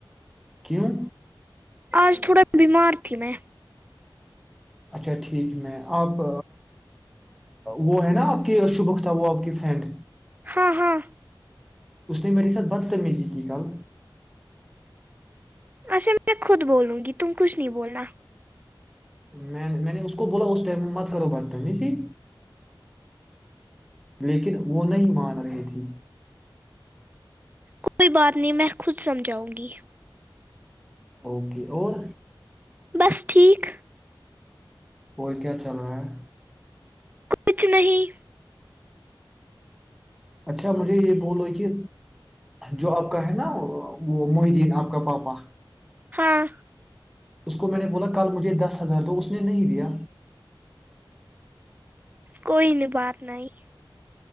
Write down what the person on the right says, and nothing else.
آج تھوڑا بیمار تھی میں
ہاں ہاں
اچھا میں خود بولوں گی تم کچھ نہیں بولا
کوئی بات نہیں میں خود سمجھاؤں گی
بس ٹھیک
کچھ نہیں
ہاں
کوئی نہیں بات نہیں